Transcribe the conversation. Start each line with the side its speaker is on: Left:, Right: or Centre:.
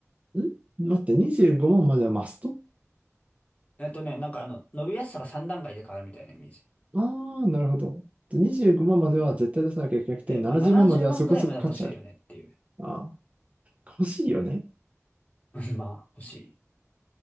Right: ん待って、25万まんまではマスト
Left: えっとね、なんかあの、伸びやすさが3段階で変わるみたいなイメージ。
Right: ああー、なるほど。で25万まんまでは絶対出さなきゃいけなくて、
Left: 2で、
Right: 70万まんまではそこそこ価値ある。
Left: まあ、70万ぐらいまで欲しいよねっていう。
Right: ああ、欲しいよね。
Left: <laughs> まあ、欲し